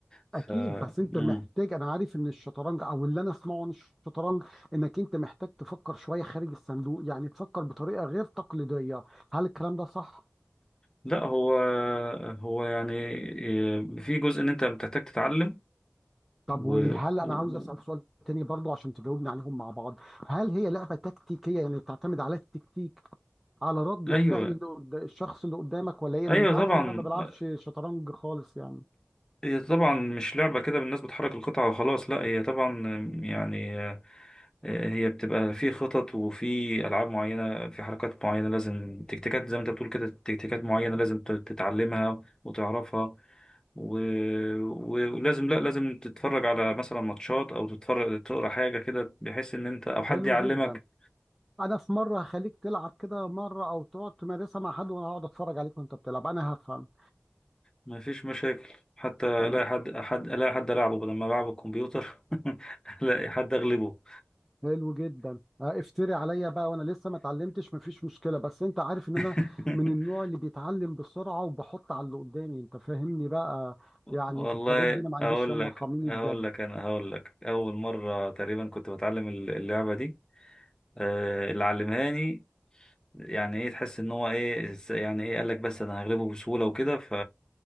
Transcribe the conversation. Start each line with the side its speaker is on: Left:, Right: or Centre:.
Left: ف
Centre: اكيد بس
Left: مم.
Centre: انت محتاج انا عارف ان الشطرنج او اللي انا اسمعه عن الشطرنج انك انت محتاج تفكر شويه خارج الصندوق يعني تفكر بطريقه غير تقليديه هل الكلام ده صح
Left: لا هو هو يعني إيه، في جزء ان انت بتحتاج تتعلم
Centre: طب
Left: و...
Centre: وهل
Left: و...
Centre: انا عاوز
Left: و-
Centre: اسال سؤال تاني برضو عشان تجاوبني عليهم مع بعض هل هي لعبه تكتيكيه يعني تعتمد على التكتيك على رد
Left: ايوه
Centre: الفعل اللي قد- الشخص اللي قدامك ولا ايه
Left: ايوه
Centre: لان انت
Left: طبعا
Centre: عارف ان انا ما بلعبش
Left: آه،
Centre: شطرنج خالص يعني
Left: هي طبعا مش لعبة كده بالناس بتحرك القطعة وخلاص لا هي طبعا يعني آه، آه، هي بتبقى في خطط وفي ألعاب معينة في حركات معينة لازم تكتيكات زي ما أنت بتقول كده تكتيكات معينة لازم ت- تتعلمها وتعرفها و... و- ولازم لا لازم تتفرج على مثلا ماتشات أو تتفرج تقرأ حاجة كده بحيث إن أنت أو حد
Centre: حلو
Left: يعلمك
Centre: جدا انا في مره هخليك تلعب كده مره او تقعد تمارسها مع حد وانا هقعد اتفرج عليك وانت بتلعب انا هفهم
Left: مفيش مشاكل حتى
Centre: تمام
Left: لا حد حد لا حد ألعبه بدل ما ألعب الكمبيوتر <laughs> لا حد أغلبه
Centre: حلو جدا آه، افتري عليا بقى وانا لسه ما اتعلمتش مفيش مشكله بس انت عارف ان
Left: <laughs>
Centre: انا من النوع اللي بيتعلم بسرعه وبحط على اللي قدامي انت فاهمني بقى يعني
Left: والله
Centre: في الحاجات دي انا ما عنديش
Left: اقول
Centre: ياما
Left: لك
Centre: ارحميني
Left: اقول
Centre: بجد
Left: لك انا هقول لك اول مره تقريبا كنت بتعلم الل- اللعبه دي آه، اللي علمهاني يعني ايه تحس ان هو ايه س- يعني ايه قال لك بس انا هغلبه بسهوله وكده ف